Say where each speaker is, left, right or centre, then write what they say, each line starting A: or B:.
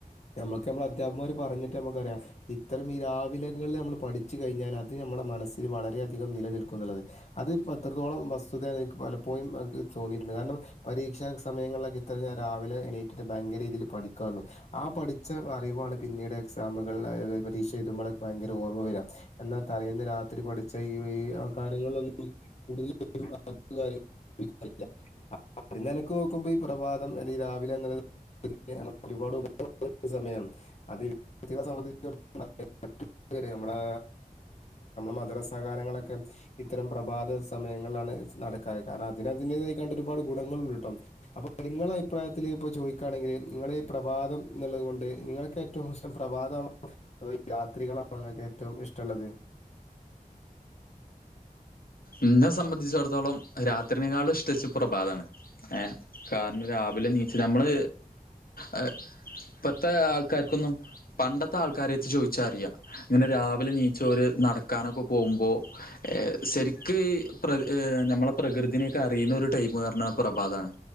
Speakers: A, on the left; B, on the left.
A: നമുക്ക് നമ്മൾ അധ്യാപകമാര് പറഞ്ഞിട്ട് നമുക്കറിയാം ഇത്തരം ഈ രാവിലെങ്ങളിൽ നമ്മൾ പഠിച്ചു കഴിഞ്ഞാൽ അത് നമ്മുടെ മനസ്സിൽ വളരെയധികം നിലനിൽക്കും എന്നുള്ളത്. അത് ഇപ്പൊ എത്രത്തോളം വസ്തുതയാന്ന് എനിക്ക് പലപ്പോഴും എനിക്ക് തോന്നിയിട്ടുണ്ട് കാരണം പരീക്ഷാ സമയങ്ങളിലൊക്കെ ഇത്ര ഞാൻ രാവിലെ എണീറ്റിട്ട് ഭയങ്കര രീതിയിൽ പഠിക്കുവാരുന്നു ആ പഠിച്ച അറിവാണ് പിന്നീട് എക്സാമുകളിൽ പരീക്ഷ എഴുതുമ്പോഴെ ഭയങ്കര ഓർമ്മ വരുക എന്നാൽ തലേന്ന് രാത്രി പഠിച്ച ഈ വ ഈ കാ നിങ്ങളൊന്നും കൂടുതൽ <unintelligible> നിലയ്ക്ക് നോക്കുമ്പോ ഈ പ്രഭാതം അല്ലെ രാവിലെ എന്ന് പറയുന്നത് <unintelligible> നമ്മളെ മദരസകാലങ്ങളൊക്കെ ഇത്തരം പ്രഭാത സമയങ്ങളിലാണ് നടക്കാറ് കാരണം അതിനതിന്റെതായകൊണ്ട് ഒരുപാട് ഗുണങ്ങളുണ്ട് കേട്ടോ അപ്പൊ നിങ്ളുടെ അഭിപ്രായത്തില് ഇപ്പ ചോദിക്കുകയാണെങ്കിൽ നിങ്ങള് ഈ പ്രഭാതം എന്നുള്ളത് കൊണ്ട് നിങ്ങൾക്ക് ഏറ്റവും ഇഷ്ടം പ്രഭാതമാണൊ അതൊ രാത്രികളാണോ നിങ്ങക്ക് ഏറ്റവും ഇഷ്ടമുള്ളത്?
B: എന്നെ സംബന്ധിച്ചിടത്തോളം അത് രാത്രിനേക്കാളും ഇഷ് പ്രത്യേച്ച് പ്രഭാതാണ് ഏ കാരണം രാവിലെ ണീച്ച് നമ്മള് ആഹ് ഇപ്പത്തെ ആൾക്കാർക്കൊന്നും പണ്ടത്തെ ആൾക്കാരെ എടുത്ത് ചോദിച്ചാ അറിയാം ഇങ്ങനെ രാവിലെ ണീച്ചവര് നടക്കാനൊക്കെ പോകുമ്പോൾ ഏ ശെരിക് ക്ക് ഈ പ്ര നമ്മള പ്രകൃതീനെ ഒക്കെ അറിയുന്ന ഒരു ടൈം എന്ന് പറഞ്ഞ പ്രഭാതമാണ്